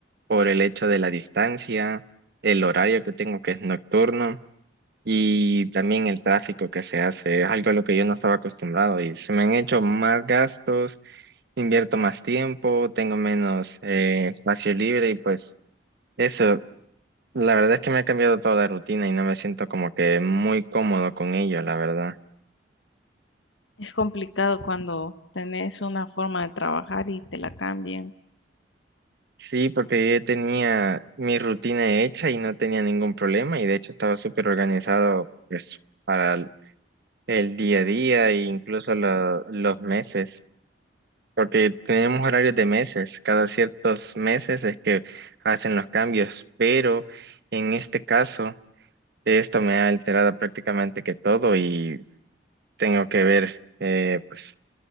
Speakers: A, on the right; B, on the left.
A: por el hecho de la distancia, el horario que tengo que es nocturno y también el tráfico que se hace. Es algo a lo que yo no estaba acostumbrado y se me han hecho más gastos, invierto más tiempo, tengo menos eh, espacio libre y pues eso la verdad es que me ha cambiado toda la rutina y no me siento como que muy cómodo con ello, la verdad.
B: Es complicado cuando tenés una forma de trabajar y te la cambian.
A: Sí, porque yo ya tenía mi rutina hecha y no tenía ningún problema y de hecho estaba súper organizado pues, para el, el día a día e incluso lo- los meses, porque tenemos horarios de meses, cada ciertos meses es que hacen los cambios, pero en este caso esto me ha alterado prácticamente que todo y tengo que ver. eh, pues